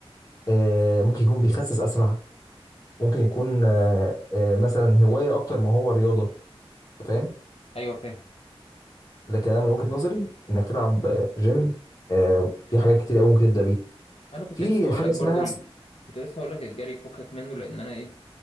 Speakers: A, on the left; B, on the left.
A: آه، ممكن يكون بيخسس اسرع ممكن يكون آه، آه، مثلا هوايه اكتر ما هو رياضه أنت فاهم
B: ايوه فاهم
A: لكن انا من وجهه نظري انك تلعب آه، جيم آه، في حاجات كتير قوي ممكن تبدا بيها
B: انا كنت
A: في
B: لسه هقول
A: حاجه
B: لك
A: اسمها
B: برضو ال... كنت لسه هقول لك الجري فكك منه لان انا ايه